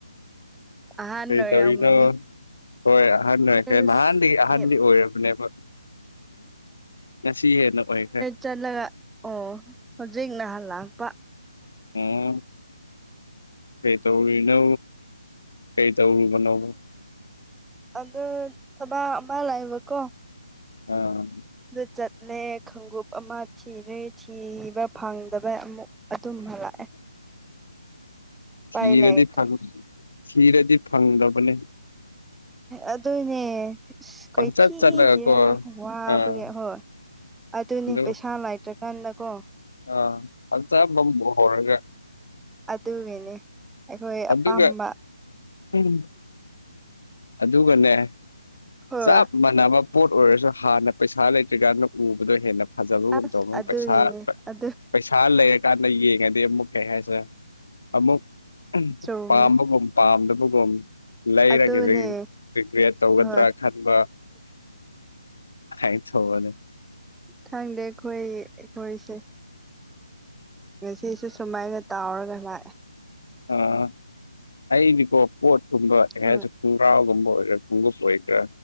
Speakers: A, in the centre; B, on the left.
A: ꯑꯍꯥꯟ
B: ꯀꯔꯤ
A: ꯑꯣꯏꯔꯝꯒꯅꯤ
B: ꯇꯧꯔꯤꯅꯣ ꯍꯣꯏ ꯑꯍꯟ ꯑꯣꯏꯈꯦ
A: ꯑꯁ
B: ꯅꯍꯥꯟꯗꯥꯒꯤ ꯑꯍꯟꯗꯤ
A: ꯑꯦ
B: ꯑꯣꯏꯔꯕꯅꯦꯕ ꯉꯁꯤ ꯍꯦꯟꯅ ꯑꯣꯏꯈ꯭ꯔꯦ
A: ꯆꯠꯂꯒꯥ ꯑꯣ ꯍꯧꯖꯤꯛ ꯅꯍꯥꯟ ꯂꯥꯛꯄ
B: ꯎꯝ ꯀꯩ ꯇꯧꯔꯨꯔꯤꯅꯣ ꯀꯩ ꯇꯧꯔꯨꯕꯅꯣ
A: ꯑꯗꯨ ꯊꯕꯛ ꯑꯃ ꯂꯥꯛꯑꯦꯕꯀꯣ
B: ꯑꯥ
A: ꯑꯗꯨ ꯆꯠꯂꯦ ꯈꯣꯡꯎꯞ ꯑꯃ ꯊꯤꯔꯦ ꯊꯤꯕ ꯐꯪꯗꯕ ꯑꯃꯨꯛ ꯑꯗꯨꯝ ꯍꯜꯂꯛꯑꯦ ꯎꯄꯥꯏ
B: ꯊꯤꯔꯗꯤ
A: ꯂꯩꯇ꯭ꯔꯦ
B: ꯊꯤꯔꯗꯤ ꯐꯪꯗꯕꯅꯦ
A: ꯑꯗꯨꯅꯦ ꯀꯣꯏꯊꯤ
B: ꯄꯪꯆꯠ ꯆꯠꯂꯒꯀꯣ
A: ꯊꯤꯔꯥ ꯋꯥꯕꯒꯦ
B: ꯑꯥ
A: ꯍꯣꯏ ꯑꯗꯨꯅꯦ
B: ꯑꯗꯨ
A: ꯄꯩꯁꯥ ꯂꯥꯏꯇ꯭ꯔꯀꯥꯟꯗꯀꯣ
B: ꯑꯥ <unintelligible>
A: ꯑꯗꯨꯒꯤꯅꯤ ꯑꯩꯈꯣꯏ
B: ꯑꯗꯨꯒ
A: ꯑꯄꯥꯝꯕ
B: ꯎꯝ ꯑꯗꯨꯒꯥꯅꯦ
A: ꯍꯣꯏ
B: ꯆꯞ ꯃꯥꯟꯅꯕ ꯄꯣꯠ ꯑꯣꯏꯔꯁꯨ ꯍꯥꯟꯅ ꯄꯩꯁꯥ ꯂꯩꯇ꯭ꯔꯤꯀꯥꯟꯗ ꯎꯕꯗꯣ ꯍꯦꯟꯅ ꯐꯖꯕꯒꯨꯝ
A: ꯑꯁ
B: ꯇꯧꯕ
A: ꯑꯗꯨꯒꯤꯅꯦ
B: ꯄꯩꯁꯥꯥ
A: ꯑꯗꯨ
B: ꯄꯩꯁꯥ ꯁꯥꯔ ꯂꯩꯔꯀꯥꯟꯗꯥ ꯌꯦꯡꯉꯥꯗꯤ ꯑꯃꯨꯛ ꯀꯩ ꯍꯥꯏꯁꯦꯔꯥ ꯑꯃꯨꯛ
A: ꯆꯨꯝꯃꯦ
B: ꯄꯥꯝꯕꯒꯨꯝ ꯄꯥꯝꯗꯕꯒꯨꯝ ꯂꯩꯔꯒ
A: ꯑꯗꯨꯅꯦ
B: ꯔꯤꯀ꯭ꯔꯤꯌꯦꯠ ꯇꯧꯒꯗ꯭ꯔꯥ
A: ꯍꯣꯏ
B: ꯈꯟꯕ ꯍꯥꯏ ꯊꯧꯕꯅꯤ
A: ꯊꯪꯗꯦ ꯑꯩꯈꯣꯏ ꯑꯩꯈꯣꯏꯁꯦ ꯉꯁꯤꯁꯨ ꯁꯨꯃꯥꯏꯅ ꯇꯥꯎꯔꯒꯥ ꯂꯥꯛꯑꯦ
B: ꯑꯥ ꯑꯩꯗꯤꯀꯣ ꯄꯣꯠꯀꯨꯝꯕ ꯀꯩ
A: ꯎꯝ
B: ꯍꯥꯏꯁꯤ ꯈꯨꯡꯒꯔꯥꯎꯒꯨꯝꯕ ꯑꯣꯏꯔꯝ ꯈꯣꯡꯒꯨꯞ ꯑꯣꯏꯒ꯭ꯔꯥ